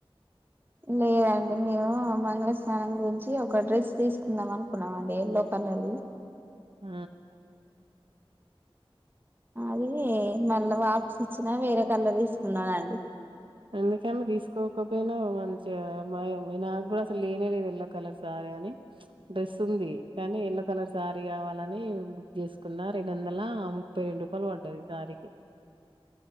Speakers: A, on the right (about 20°); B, on the right (about 60°).
A: లేదండి మేము మంగళస్నాానం గురించి ఒక డ్రెస్ తీసుకుందాం అనుకున్నాం అండి ఎల్లో కలర్లు
B: ఆ
A: అది మళ్ళా వాపస్ ఇచ్చినా వేరే కలర్ తీసుకున్నానండి
B: అందుకని తీసుకోకపోయినా మంచిగా నాకు కూడా అసలు లేనేలేదు ఎల్లో కలర్ శారీ అని డ్రెస్ ఉంది కానీ ఎల్లో కలర్ శారీ కావాలని బుక్ చేసుకున్న రెండు వందల ముప్పై రెండు రూపాయలు పడ్డాది ఈ సారీకి